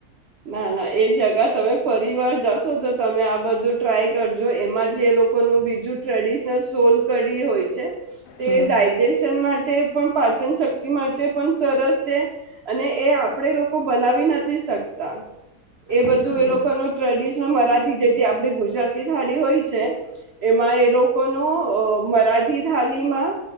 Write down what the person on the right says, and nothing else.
ના ના એ જગા તમે ફરી વાર જાશો તો તમે આ બધું ટ્રાય કરજો એમાં જે એ લોકોનું બીજું ટ્રેડિશનલ સોલ કડી હોય છે. તે
ડાયજેશન મા તે પણ પાચન શક્તિ માટે પણ સરસ છે. અને એ આપડે લો લોકો બનાવી નથી શક તા. એ બધું
એ
લોકો ન ટ્રેડિ મરાઠી જેથી આપડી ગુજરાતી થાળી હોય છે. એમાં એ લોકો નું અ. મરાઠી થાળીમાં